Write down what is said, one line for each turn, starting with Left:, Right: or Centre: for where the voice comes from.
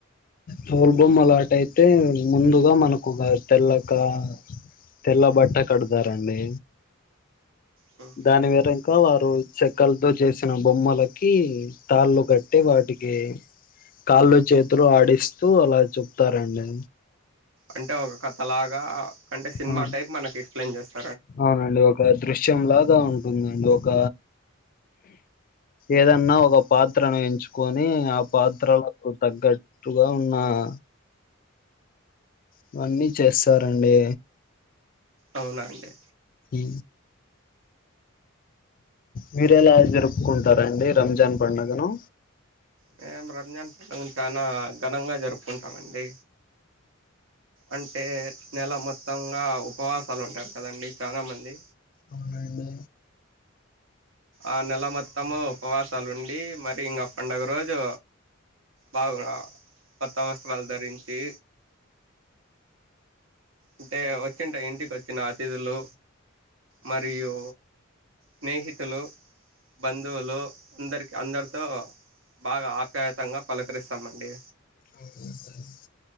Left: తోల్బొమ్మలాట అయితే ముందుగా మనకు ఒక తెల్ల క్లా తెల్ల బట్ట కడతారండి
Right: హ్మ్.
Left: దాని వేర ఇంకా వారు చెక్కలతో చేసిన బొమ్మలకి తాళ్ళు కట్టి వాటికి కాళ్ళు చేతులు ఆడిస్తూ అలా చెప్తారండి
Right: అంటే ఒక కథ లాగా అంటే సినిమా
Left: ఆ
Right: టైప్ మనకు ఎక్స్ప్లెయిన్ చేస్త
Left: అవునండి ఒక దృశ్యంలాగా ఉంటుందండి ఒక ఏదన్నా ఒక పాత్రను ఎంచుకొని ఆ పాత్రలకు తగ్గట్టుగా ఉన్న ఆ ఇవన్నీ చేస్తారండి
Right: అవునాండి
Left: మ్ మీరు ఎలా జరుపుకుంటారండి రంజాన్ పండగను
Right: మేము రంజాన్ పండగను చాన ఘనంగా జరుపుకుంటామండి అంటే నెల మొత్తంగా ఉపవాసాలు ఉంటారు కదండి చానా మంది
Left: అవునా అండి
Right: ఆ నెల మొత్తము ఉపవాసాలు ఉండి మరి ఇంగ పండగ రోజు బాగా కొత్త వస్త్రాలు ధరించి అంటే వ వచ్చింటె ఇంటికి వచ్చిన అతిథులు మరియు స్నేహి తులు బంధువులు అందరికి అందరితో బాగా ఆప్యాయతంగా పలకరిస్తామండి
Left: అవునా సార్